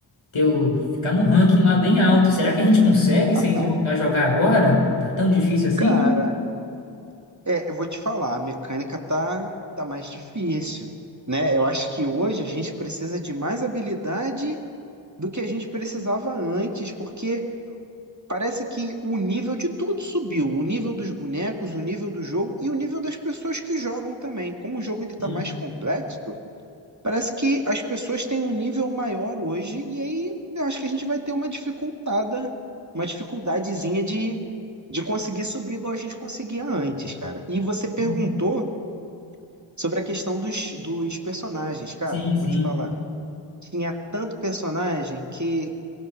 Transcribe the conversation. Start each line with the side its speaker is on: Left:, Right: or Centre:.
Left: teu, ficar num ranking lá bem alto. Será que a gente consegue
Right: Aham.
Left: se a gente voltar a jogar agora? Tá tão difícil assim?
Right: Cara, é, eu vou te falar, a mecânica tá, tá mais difícil, né? Eu acho que hoje a gente precisa de mais habilidade do que a gente precisava antes, porque parece que o nível de tudo subiu, o nível dos bonecos, o nível do jogo e o nível das pessoas que jogam também. Como o jogo ele tá
Left: Sim,
Right: mais complexo, Parece que as pessoas têm um nível maior hoje, e aí eu acho que a gente vai ter uma dificultada, uma dificuldadezinha de, de conseguir subir igual a gente conseguia antes, cara. E você perguntou
Left: sim,
Right: sobre a questão dos, dos personagens, cara.
Left: sim. sim.
Right: Vou te falar. Tinha tanto personagem que,